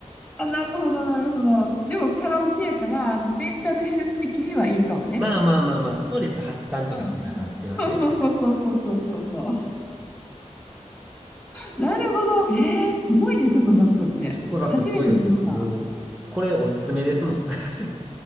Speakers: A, on the left; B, in the centre.
A: あ、なるほど、なるほど。でもカラオケやから、あの、メンタルヘルス的にはいいかもね。
B: まあまあまあまあ、ストレス発散とかっていうのはなってますね。
A: うん、うん。そうそうそうそうそうそうそう。なるほど。へえ、すごいね、チョコザップって。
B: チョコザップすごいですよ。
A: 初めて聞いた。
B: もう、これおすすめですもん。<laughs>